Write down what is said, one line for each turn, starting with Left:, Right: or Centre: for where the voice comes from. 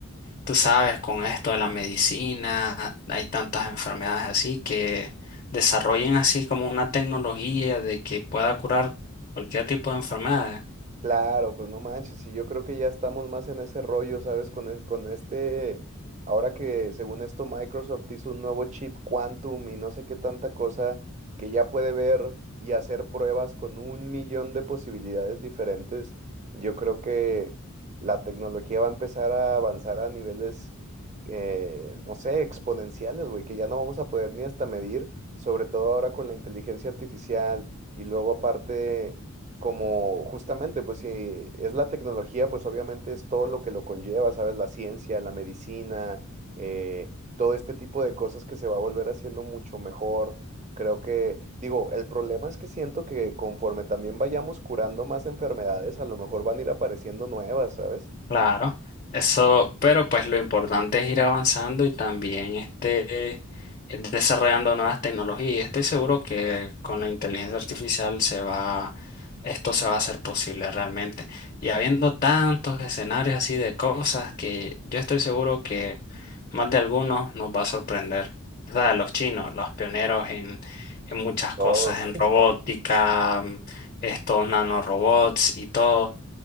Left: tú sabes, con esto de la medicina, hay tantas enfermedades así que desarrollen así como una tecnología de que pueda curar cualquier tipo de enfermedad.
Right: Claro, pues no manches, y yo creo que ya estamos más en ese rollo, ¿sabes? Con, e- con este, ahora que según esto Microsoft hizo un nuevo chip Quantum y no sé qué tanta cosa que ya puede ver y hacer pruebas con un millón de posibilidades diferentes, yo creo que la tecnología va a empezar a avanzar a niveles, eh, no sé, exponenciales, güey, que ya no vamos a poder ni hasta medir, sobre todo ahora con la inteligencia artificial y luego aparte como justamente, pues si es la tecnología, pues obviamente es todo lo que lo conlleva, ¿sabes? La ciencia, la medicina, eh, todo este tipo de cosas que se va a volver haciendo mucho mejor. Creo que, digo, el problema es que siento que conforme también vayamos curando más enfermedades, a lo mejor van a ir apareciendo nuevas, ¿sabes?
Left: Claro, eso, pero pues lo importante es ir avanzando y también este, ir desarrollando nuevas tecnologías. Y estoy seguro que con la inteligencia artificial se va, esto se va a hacer posible realmente. Y habiendo tantos escenarios así de cosas que yo estoy seguro que más de algunos nos va a sorprender. O sea, los chinos, los pioneros en, en muchas
Right: Todo.
Left: cosas, en robótica, mm, estos nanorobots y todo.